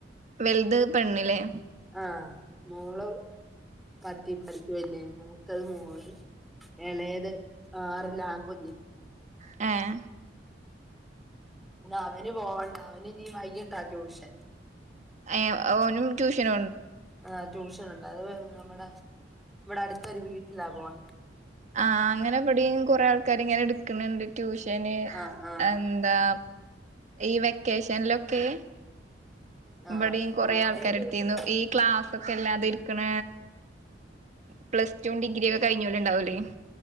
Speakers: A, on the right (about 40°); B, in the centre.
A: വലുത് പെണ്ണില്ലേ?
B: ആഹ മോള് പത്തിപ്പടിക്ക് വല്യ, മൂത്തത് മേള്. എളത് ആറില്, ആൺകുഞ്ഞ്
A: ആഹ
B: അവന് പോവണ്ട. അവന് നീ വൈകിട്ടാ ട്യൂഷൻ.
A: എ, ഓനും ട്യൂഷന്
B: ആ ട്യൂഷൻണ്ട് അത് നമ്മടെ ഇവിടെ അടുത്തൊരു, വീട്ടിലാ പോ. നെ
A: ആഹ. അങ്ങനെ മ്പടിംകൊറെ ആൾക്കാാര് ഇങ്ങനെ എടുക്കുന്നുണ്ട് ട്യൂഷന്
B: ആഹ് ആഹ്
A: എന്താ ഈ വെക്കേഷനീലൊക്കെ.
B: ആഹ്
A: ബടീം, കൊറെേ
B: മോളെയും
A: ആൾക്കാാര്
B: വീട്ടിലായിരുന്നു
A: എടുത്തിരുന്നു. ഈ ക്ലാസ് ഒക്കെ അല്ലാതെ ഇരിക്കണ പ്ലസ് ടു ഡിഗ്രി ഒക്കെ കഴിഞ്ഞോല് ഉണ്ടാവൂലേ.